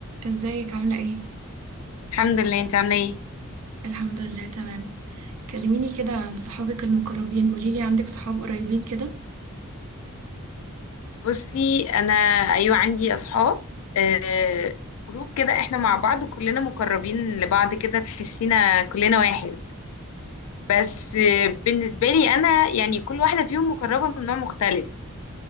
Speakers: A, on the right (about 80°); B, on the left (about 65°).
A: ازيك عاملة ايه؟
B: الحمد لله انت عامله ايه
A: الحمد لله تمام كلميني كده عن صحابك المقربين قوليلي عندك صحاب قريبين كده؟
B: بصي انا ايوه عندي اصحاب آه جروب كده احنا مع بعض وكلنا مقربين لبعض كده تحسينا كلنا واحد بس آه بالنسبه لي انا يعني كل واحده فيهم مقربه من نوع مختلف